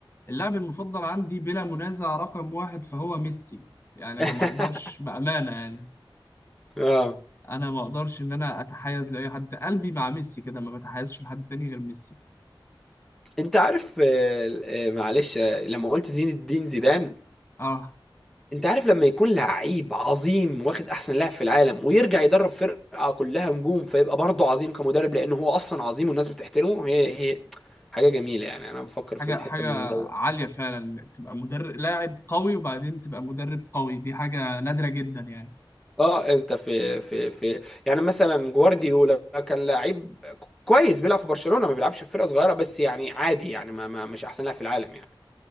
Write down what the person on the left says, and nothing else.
اللاعب المفضل عندي بلا منازع رقم واحد فهو ميسي يعني انا
ما اقدرش بأمانة يعني
انا ما اقدرش ان انا اتحيز لاي حد قلبي مع ميسي كده ما بتحيزش لحد تاني غير ميسي
اه
حاجه
حاجه
عاليه فعلا تبقى مدرب لاعب قوي وبعدين تبقى مدرب قوي دي حاجه نادره جدا يعني